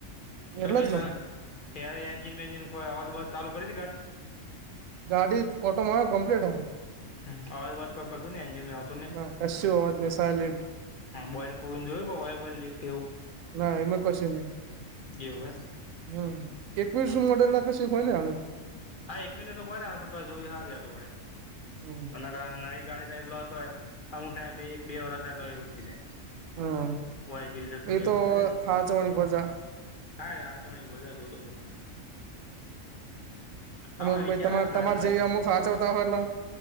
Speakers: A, on the left; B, on the right.
A: સભલા
B: એટલે જ ને
A: <unintelligible> એ એન્જિન વેન્જિ કોઈ અવાજ બવાજ ચાલુ કરી હતી ગાડી
B: ગાડી ઓટોમાં કમ્પ્લીટ હ
A: હમ અવાજ બવાજ કો કરતુ એ એન્જિન આવતો
B: ના કશું અવાજ નહીં સાઇલેન્ટ
A: હ બોયને ખોલીને જોયુ ઓઇલ બોઇલ લીક કેવું
B: ના એમાં કશું નહી
A: જેવું
B: હમ એકવીસ
A: એમ
B: નુ મોડેલલા કશું હોય ને હાલે
A: હા એકવીશ લોકો કોય ના પણ જોઈ હારે તો વડે
B: હમ
A: એના કારણે નવી ગાડી ને લોતો હોય અમુક ટાઈમે બે બે વર્ષ તો એવું થઇ જાય
B: હમ
A: <unintelligible> સીડ થોડું
B: એ
A: એવું
B: તો
A: થઇ જાય ને
B: હાચવણી પર જાય
A: હા એ તો હાચવણી બધા બરોબર આમાં
B: અમુક ભાઈ
A: વિચાર
B: તમા
A: હ
B: તમારે
A: ગાડી વાળી
B: જેવી
A: લે
B: અમુક સાચવતા હોય એટલે